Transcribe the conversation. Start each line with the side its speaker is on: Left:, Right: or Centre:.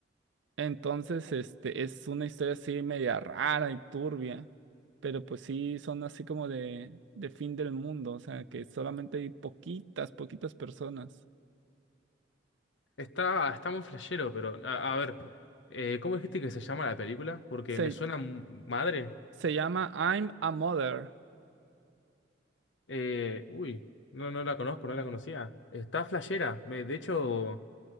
Right: Entonces, este, es una historia así media rara y turbia, pero pues sí son así como de, de fin del mundo, o sea, que solamente hay poquitas, poquitas personas.
Left: Está, está muy flashero, pero a, a ver, eh, ¿cómo dijiste que se llama la película? Porque
Right: Se-
Left: me suena mu- madre.
Right: Se llama I'm a Mother.
Left: Eh, uy, no, no la conozco, no la conocía. Está flashera. Me, de hecho,